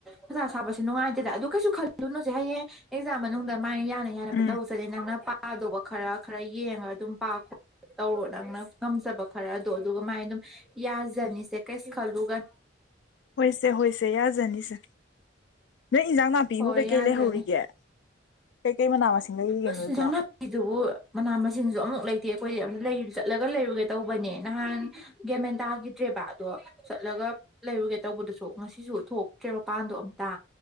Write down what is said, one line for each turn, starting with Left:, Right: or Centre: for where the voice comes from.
Centre: ꯑꯣꯖꯥ ꯁꯥꯕꯁꯦ ꯅꯨꯡꯉꯥꯏ ꯦꯗ ꯑꯗꯨ ꯀꯩꯁꯨ ꯈꯜꯂꯨꯅꯨꯁꯦ ꯍꯌꯦꯡ ꯑꯦꯛꯖꯥꯝ ꯃꯅꯨꯡꯗ ꯃꯥꯥꯏꯅ ꯌꯥꯅ ꯌꯥꯅꯕ
Left: ꯎꯝ
Centre: ꯇꯧꯁꯔꯦ ꯅꯪꯅ ꯄꯥꯗꯧꯕ ꯈꯔ ꯈꯔ ꯌꯦꯡꯉ ꯑꯗꯨꯝ ꯄꯥ ꯈꯣꯠ ꯇꯧꯔꯣ ꯅꯪꯅ ꯉꯝꯖꯕ ꯈꯔ ꯑꯗꯣ ꯑꯗꯨꯒ ꯃꯥꯏ ꯑꯗꯨꯝ ꯌꯥꯖꯅꯤꯁꯦ ꯀꯩꯁ ꯈꯜꯂꯨꯒ
Left: ꯍꯣꯏꯁꯦ ꯍꯣꯏꯁꯦ ꯌꯥꯖꯅꯤꯁꯦ ꯅꯣꯏ ꯏꯟꯖꯥꯡ ꯅꯥꯄꯤꯕꯨ
Centre: ꯍꯣꯏ
Left: ꯀꯩꯀꯩ
Centre: ꯌꯥꯖꯅꯤ
Left: ꯂꯩꯍꯧꯔꯤꯒꯦ ꯀꯩꯀꯩ ꯃꯅꯥ ꯃꯁꯤꯡ ꯂꯩꯔꯤꯒꯦ
Centre: ꯑꯁ
Left: ꯅꯣꯏꯕꯣ
Centre: ꯏꯟꯁꯥꯡ ꯅꯥꯄꯤꯗꯨꯕꯨ ꯃꯅꯥ ꯃꯁꯤꯡꯁꯨ ꯑꯃꯨꯛ ꯂꯩꯇꯦ ꯑꯩꯈꯣꯏꯁ ꯌꯥꯝꯅ ꯂꯩ ꯆꯠꯂꯒ ꯂꯩꯔꯨꯒꯦ ꯇꯧꯕꯅꯦ ꯅꯍꯥꯟ ꯒꯦꯃꯦꯟ ꯇꯥꯒꯤꯗ꯭ꯔꯦꯕ ꯑꯗꯣ ꯆꯠꯂꯒ ꯂꯩꯔꯨꯒꯦ ꯇꯧꯕꯗꯨꯁꯨ ꯉꯁꯤꯁꯨ ꯊꯣꯛꯇ꯭ꯔꯦ ꯃꯄꯥꯟꯗꯣ ꯑꯝꯇ